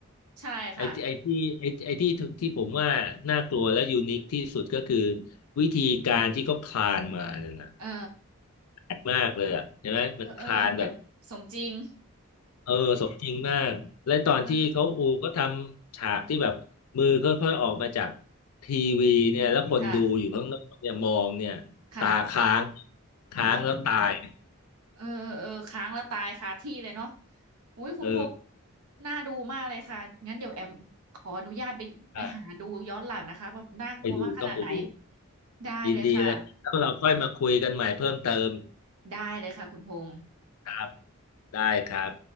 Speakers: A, on the right; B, on the left.
A: ใช่ค่ะ
B: ไอ้ที่ไอ้ที่ไอ้ไอ้ที่ที่ผมว่าน่ากลัวและยูนิคที่สุดก็คือวิธีการที่เขาคลานมาเนี่ยนะ
A: เออ
B: แปลกมากเลยอ่ะใช่ไหมมันคลานแบบ
A: เออเออเหมือนสมจริง
B: เออสมจริงมากและตอนที่เขาอูก็ทำฉากที่แบบมือค่อยๆออกมาจาก
A: ค่ะ
B: ทีวีเนี่ยแล้วคนดูอยู่ข้างนอกเนี่ยมองเนี่ยตาค้าง
A: ค่ะ ค่ะ
B: ค้างแล้วตาย
A: โอ้ เออ เออค้างแล้วตายคาที่เลยเนาะอุ้ยคุณพงษ์
B: เออ
A: น่าดูมากเลยค่ะ งั้นเดี๋ยวแอมขออนุญาตไปไปหาดูย้อนหลังนะคะว่าน่ากลัวมากขนาดไหน
B: ใช่ไปดูต้องไปดู
A: ได้เลยค่ะ
B: ยินดีเลยแล้วเราค่อยมาคุยกันใหม่เพิ่มเติม
A: ได้เลยค่ะคุณพงษ์
B: ครับได้ครับ